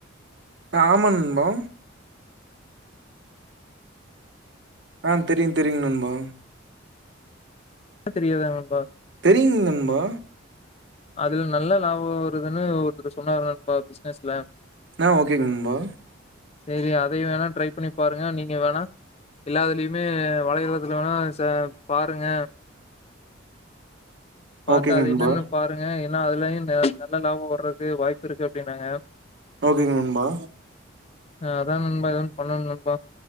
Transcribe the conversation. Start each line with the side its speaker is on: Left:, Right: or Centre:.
Right: ஆமா நண்பா ஆ தெரியு தெரியுங் நண்பா
Left: அது தெரியாதா நண்பா
Right: தெரியுங் நண்பா
Left: அதுல நல்ல லாபம் வருதுன்னு ஒருத்தரு சொன்னாரு நண்பா பிஸ்னஸ்ல
Right: ஆ ஓகேங் நண்பா
Left: செரி அதை வேணா ட்ரை பண்ணி பாருங்க நீங்க வேணா எல்லா இதுலயுமே வளையதளத்துல வேணா சே பாருங்க பாத்து
Right: ஓகேங்க
Left: அது
Right: நண்பா
Left: என்னன்னு பாருங்க ஏனா அதுலயு நல்ல லாபம் வர்றதுக்கு வாய்ப்பு இருக்கு அப்டின்னாங்க
Right: ஓகேங்க நண்பா
Left: அதா நண்பா எதா ஒன்னு பண்ணணு நண்பா